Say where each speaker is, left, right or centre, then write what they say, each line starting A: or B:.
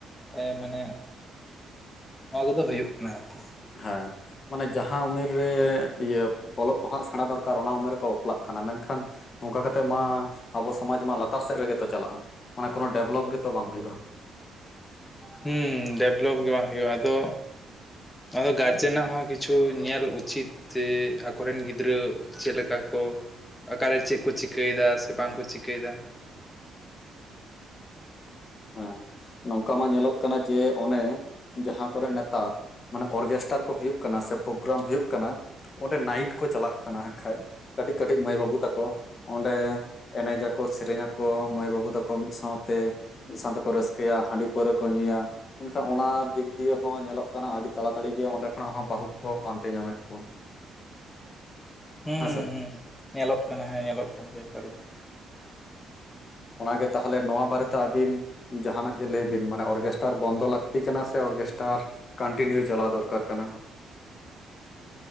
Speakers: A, on the left (about 15°); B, on the left (about 45°).
A: ᱮ ᱢᱟᱱᱮ ᱱᱚᱣᱟ ᱠᱚᱫᱚ ᱦᱩᱭᱩᱜ ᱠᱟᱱᱟ ᱟᱨᱠᱤ᱾
B: ᱦᱮ᱾ ᱢᱟᱱᱮ ᱡᱟᱦᱟᱸ ᱩᱢᱮᱨ ᱨᱮ ᱤᱭᱟᱹ ᱚᱞᱚᱜ ᱯᱟᱲᱦᱟᱜ ᱥᱮᱬᱟ ᱫᱚᱨᱠᱟᱨ, ᱚᱱᱟ ᱩᱢᱮᱨ ᱨᱮᱠᱚ ᱵᱟᱯᱞᱟᱜ ᱠᱟᱱᱟ ᱢᱮᱱᱠᱷᱟᱱ ᱚᱝᱠᱟ ᱠᱟᱛᱮᱜ ᱢᱟ ᱟᱵᱚ ᱥᱚᱢᱟᱡᱽ ᱢᱟ ᱞᱟᱛᱟᱨ ᱥᱮᱫ ᱨᱮᱜᱮᱛᱚ ᱪᱟᱞᱟᱜᱼᱟ, ᱢᱟᱱᱮ ᱠᱳᱱᱳ ᱰᱮᱵᱷᱞᱚᱯ ᱜᱮᱛᱚ ᱵᱟᱝ ᱦᱩᱭᱩᱜᱼᱟ᱾
A: ᱦᱩᱸ ᱰᱮᱵᱷᱞᱚᱯ ᱜᱮ ᱵᱟᱝ ᱦᱩᱭᱩᱜᱼᱟ ᱟᱫᱚ ᱟᱫᱚ ᱜᱟᱨᱡᱮᱱᱟᱜ ᱦᱚᱸ ᱠᱤᱪᱷᱩ ᱧᱮᱞ ᱩᱪᱤᱛ ᱪᱮ ᱟᱠᱚ ᱨᱮᱱ ᱜᱤᱫᱽᱨᱟᱹ ᱪᱮᱫ ᱞᱮᱠᱟ ᱠᱚ ᱚᱠᱟᱨᱮ ᱪᱮᱫ ᱠᱚ, ᱪᱤᱠᱟᱹ ᱮᱫᱟ ᱥᱮ ᱵᱟᱝ ᱠᱚ ᱪᱤᱠᱟᱹᱭᱮᱫᱟ?
B: ᱦᱮᱸ, ᱱᱚᱝᱠᱟ ᱢᱟ ᱧᱮᱞᱚᱜ ᱠᱟᱱᱟ, ᱡᱮ, ᱚᱱᱮ, ᱡᱟᱦᱟᱸ ᱠᱚᱨᱮ, ᱱᱮᱛᱟᱨ ᱢᱟᱱᱮ, ᱚᱨᱜᱮᱥᱴᱟᱨ ᱠᱚ, ᱦᱩᱭᱩᱜ ᱠᱟᱱᱟ, ᱥᱮ ᱯᱨᱳᱜᱨᱟᱢ ᱦᱩᱭᱩᱜ ᱠᱟᱱᱟ ᱾ ᱚᱸᱰᱮ ᱱᱟᱭᱤᱴ ᱠᱚ, ᱪᱟᱞᱟᱜ ᱠᱟᱱᱟ ᱠᱷᱟᱡᱽ ᱠᱟᱹᱴᱤᱡ, ᱠᱟᱹᱴᱤᱡ ᱢᱟᱹᱭ, ᱵᱟᱹᱵᱩ ᱛᱟᱠᱚ ᱚᱸᱰᱮ, ᱮᱱᱮᱡ ᱟᱠᱚ, ᱥᱮᱨᱮᱧᱟᱠᱚ, ᱢᱟᱹᱭ ᱵᱟᱹᱵᱩ ᱛᱟᱠᱚ, ᱢᱤᱫ ᱥᱟᱶᱛᱮ ᱢᱤᱫ ᱥᱟᱶᱛᱮ ᱠᱚ, ᱨᱟᱹᱥᱠᱟᱹᱭᱟ, ᱦᱟᱺᱰᱤ ᱯᱟᱹᱣᱨᱟᱹ ᱠᱚ ᱧᱩᱭᱟ ᱢᱮᱱᱠᱷᱟᱱ, ᱚᱱᱟ ᱫᱤᱠᱫᱤᱭᱮ ᱦᱚ ᱧᱮᱞᱚᱜ ᱠᱟᱱᱟ ᱾ ᱟᱹᱰᱤ ᱛᱟᱲᱟ ᱛᱟᱲᱤ ᱜᱮ, ᱚᱸᱰᱮ ᱠᱷᱚᱱᱟᱜ ᱦᱚᱸ, ᱵᱟᱦᱩ ᱠᱚᱠᱚ, ᱯᱟᱱᱛᱮ ᱧᱟᱢᱮᱫ ᱠᱚᱣᱟ ᱾
A: ᱦᱩᱸᱻ
B: ᱦᱮᱸᱥᱮ
A: ᱦᱩᱸ, ᱧᱮᱞᱚᱜ ᱠᱟᱱᱟ, ᱦᱮᱸ ᱧᱮᱞᱚᱜ ᱠᱟᱱ ᱜᱮᱭᱟ, ᱱᱮᱛᱟᱨ ᱫᱚ ᱾
B: ᱚᱱᱟ ᱜᱮ, ᱛᱟᱦᱚᱞᱮ ᱱᱚᱣᱟ ᱵᱟᱨᱮ ᱛᱮ, ᱟᱹᱵᱤᱱ ᱡᱟᱦᱟᱸᱱᱟᱜ ᱜᱮ, ᱞᱟᱹᱭ ᱵᱤᱱ, ᱢᱟᱱᱮ ᱚᱨᱜᱮᱥᱴᱟᱨ ᱵᱚᱱᱫᱚ, ᱞᱟᱹᱠᱛᱤ ᱠᱟᱱᱟ ᱥᱮ, ᱚᱨᱜᱮᱥᱴᱟᱨ ᱠᱟᱱᱴᱤᱱᱤᱭᱩ, ᱪᱟᱞᱟᱣ ᱫᱚᱨᱠᱟᱨ ᱠᱟᱱᱟ ᱾